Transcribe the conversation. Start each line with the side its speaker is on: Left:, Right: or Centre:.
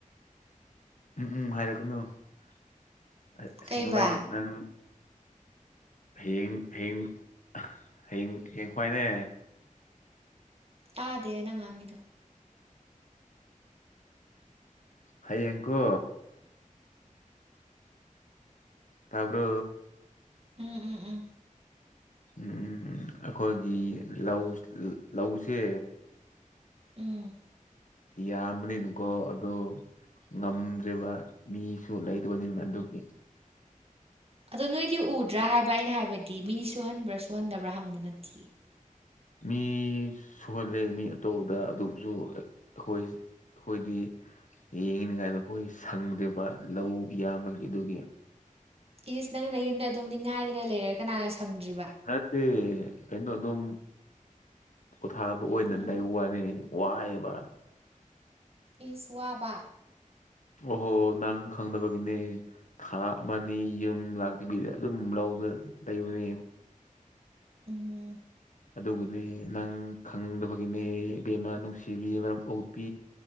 Left: ꯎꯝ ꯎꯝ ꯍꯥꯏꯔꯛꯀꯅꯨꯦꯡꯉꯕꯩ
Right: ꯀꯩꯕꯥ
Left: ꯅꯪ ꯍꯌꯦꯡ ꯍꯌꯦꯡ ꯍꯌꯦꯡ ꯍꯌꯦꯡ ꯈ꯭ꯋꯥꯏꯅꯦ
Right: ꯇꯥꯗꯦ ꯅ ꯉꯥꯡꯉꯤꯗꯣ
Left: ꯍꯌꯦꯡꯀꯣ ꯇꯥꯄꯣ
Right: ꯎꯝ ꯎꯝ ꯎꯝ
Left: ꯎꯝ ꯑꯩꯈꯣꯏꯒꯤ ꯂꯧ ꯂꯧꯁꯦ
Right: ꯎꯝ
Left: ꯌꯥꯝꯕꯅꯤꯅꯨꯀꯣ ꯑꯗꯣ ꯉꯝꯗ꯭ꯔꯤꯕ ꯃꯤꯁꯨ ꯂꯩꯇꯕꯅꯤꯅ ꯑꯗꯨꯒꯤ
Right: ꯑꯗꯣ ꯅꯣꯏꯗꯤ ꯎꯗ꯭ꯔꯥ ꯍꯥꯏꯕ ꯑꯩꯅ ꯍꯥꯏꯕꯗꯤ ꯃꯤ ꯁꯨꯍꯟꯕ꯭ꯔꯥ ꯁꯨꯍꯟꯗꯕ꯭ꯔꯥ ꯍꯪꯕ ꯅꯠꯇꯤꯌꯦ
Left: ꯃꯤ ꯁꯨꯍꯜꯂꯦ ꯃꯤ ꯑꯇꯣꯞꯄꯗ ꯑꯗꯨꯝꯁꯨ ꯑꯩ ꯑꯩꯈꯣꯏ ꯑꯩꯈꯣꯏꯗꯤ ꯌꯦꯡꯉꯤꯅꯤꯉꯥꯏꯗ ꯑꯩꯈꯣꯏ ꯁꯪꯗ꯭ꯔꯦꯕ ꯂꯧ ꯌꯥꯝꯕꯒꯤ ꯑꯗꯨꯒꯤ
Right: ꯏꯁ ꯅꯪ ꯌꯨꯝꯗ ꯑꯗꯨꯝ ꯅꯤꯡꯉꯥꯏꯗꯅ ꯂꯩꯔꯒ ꯀꯅꯥꯅ ꯁꯪꯗ꯭ꯔꯤꯕ
Left: ꯅꯠꯇꯦ ꯀꯩꯅꯣ ꯑꯗꯨꯝ ꯄꯣꯊꯥꯕ ꯑꯣꯏꯅ
Right: ꯎꯝ ꯎꯝ
Left: ꯂꯩ ꯋꯥꯅꯤ ꯋꯥꯍꯩꯕ
Right: ꯏꯁ ꯋꯥꯕ
Left: ꯑꯣꯍꯣ ꯅꯪ ꯈꯪꯗꯕꯒꯤꯅꯦ ꯊꯥ ꯑꯃ ꯑꯅꯤ ꯌꯨꯝ ꯂꯥꯛꯇꯕꯤꯗ ꯑꯗꯨꯝ ꯂꯧꯗ ꯂꯩꯕꯅꯦ
Right: ꯎꯝ
Left: ꯑꯗꯨꯒꯤꯅꯤ ꯅꯪ ꯈꯪꯗꯕꯒꯤꯅꯦ ꯏꯕꯦꯝꯃꯥ ꯅꯨꯡꯁꯤꯕꯤ ꯃꯔꯝ ꯄꯣꯛꯄꯤ